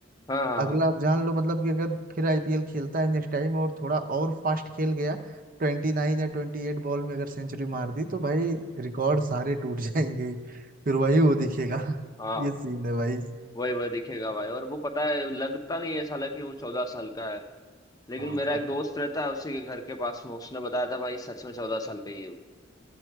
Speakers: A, on the left; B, on the right.
A: हाँ हाँ हाँ
B: अगला
A: हाँ,
B: आप जान लो मतलब कि अगर फिर आईपीएल खेलता है नेक्स्ट टाइम और थोड़ा और फास्ट खेल गया ट्वेंटी नाइन या ट्वेंटी एट बॉल में अगर सेंचुरी मार दी तो भाई रिकॉर्ड सारे टूट <laughs> जाएंगे फिर वही वो दिखेगा <laughs>
A: हाँ, हाँ,
B: ये सीन है भाई
A: वही वही दिखेगा भाई और वो पता है लगता नहीं है साला कि वो चौदह साल का है लेकिन
B: हाँ
A: मेरा
B: अ-
A: एक दोस्त रहता है उसी के घर के पास में उसने बताया था भाई सच में चौदह साल का ही है वो।